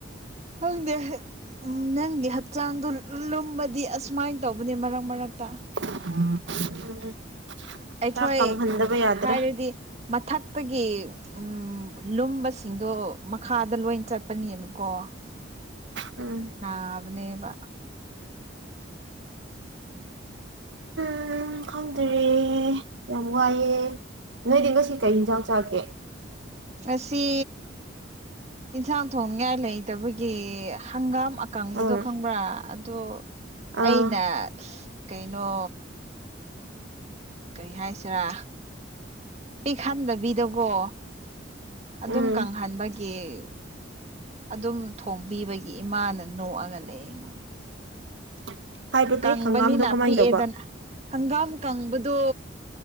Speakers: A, on the right (about 35°); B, on the right (about 75°).
A: ꯍꯪꯗꯦ ꯎ ꯅꯪꯒꯤ ꯍꯛꯆꯥꯡꯗꯣ ꯂꯨꯝꯕꯗꯤ ꯑꯁꯨꯃꯥꯏꯅ ꯇꯧꯕꯅꯤ ꯃꯔꯛ ꯃꯔꯛꯇ
B: ꯎꯝ <unintelligible>
A: ꯑꯩꯈꯣꯏ
B: ꯀꯪꯍꯟꯗꯕ
A: ꯎ
B: ꯌꯥꯗ꯭ꯔꯦ
A: ꯍꯥꯏꯔꯗꯤ ꯃꯊꯛꯇꯒꯤ ꯎꯝ ꯂꯨꯝꯕꯁꯤꯡꯗꯣ ꯃꯈꯥꯗ ꯂꯣꯏ ꯆꯠꯄꯅꯦꯕꯀꯣ
B: ꯎꯝ
A: ꯅꯕꯅꯦꯕ
B: ꯎꯝ ꯈꯪꯗꯔꯦ ꯌꯥꯝ ꯋꯥꯏꯑꯦ ꯅꯣꯏꯗꯤ ꯉꯁꯤ ꯀꯩ ꯌꯦꯟꯖꯥꯡ ꯆꯥꯒꯦ
A: ꯉꯁꯤ ꯏꯟꯁꯥꯡ ꯊꯣꯡꯅꯤꯉꯥꯏ ꯂꯩꯇꯕꯒꯤ ꯍꯪꯒꯥꯝ ꯑꯀꯪꯕꯗꯣ
B: ꯑꯪ
A: ꯈꯪꯕ꯭ꯔꯥ ꯑꯗꯣ
B: ꯑꯥ
A: ꯑꯩꯅ ꯀꯩꯅꯣ ꯀꯔꯤ ꯍꯥꯏꯁꯤꯔꯥ ꯄꯤꯛꯍꯟꯗꯕꯤꯗꯀꯣ ꯑꯗꯨꯝ
B: ꯎꯝ
A: ꯀꯪꯍꯟꯕꯒꯤ ꯀ ꯑꯗꯨꯝ ꯊꯣꯡꯕꯤꯕꯒꯤ ꯏꯃꯥꯅ ꯅꯣꯛꯑꯒ ꯂꯩ ꯑꯩꯉꯣꯟꯗ
B: <inaudible>
A: ꯀꯪꯕꯅꯤꯅ
B: ꯍꯪꯒꯥꯝꯗꯣ ꯀꯃꯥꯏꯅ
A: ꯄꯤꯛꯑꯦꯗꯅ
B: ꯇꯧꯕ
A: ꯍꯪꯒꯥꯝ ꯀꯪꯕꯗꯣ